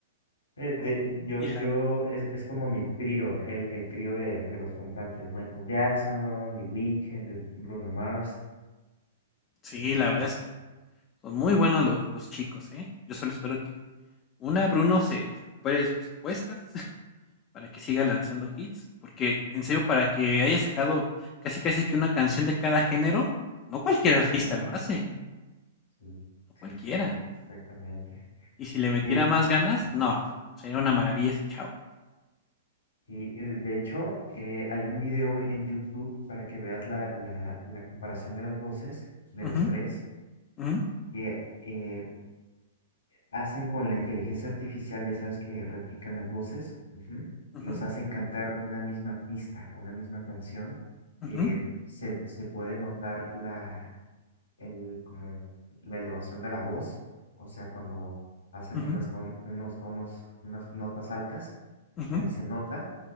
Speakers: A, on the left; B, on the left.
A: Eh, de- yo,
B: Y la,
A: yo, es, es como mi trío, el, el trío de, de los cantantes, Michael Jackson, The Weeknd, de Bruno Mars.
B: sí,
A: Entonces,
B: la verdad es que Son muy buenos los los chicos, ¿eh? Yo solo espero que una, Bruno se recupere de sus apuestas <laughs> para que siga lanzando hits, porque en serio, para que haya sacado casi casi que una canción de cada género, no cualquier artista
A: Ajá,
B: lo hace,
A: sí.
B: no
A: sí,
B: cualquiera.
A: sí, exactamente.
B: Y si le
A: De,
B: metiera más ganas,
A: Ujú.
B: no, sería una maravilla ese chavo.
A: y- y de de hecho, eh, hay un video en YouTube para que veas la, la, la comparación de las voces de
B: Ujú,
A: los tres,
B: ujú,
A: que eh, hacen con la inteligencia artificial, ya sabes que replican las voces, ujú,
B: ujú,
A: los hacen cantar una misma pista, una misma canción,
B: ujú,
A: que se, se puede notar la, el, como la elevación de la voz, o sea, cuando hacen
B: ujú,
A: unas ton- unos tonos, unas notas altas,
B: ujú.
A: ahí se nota,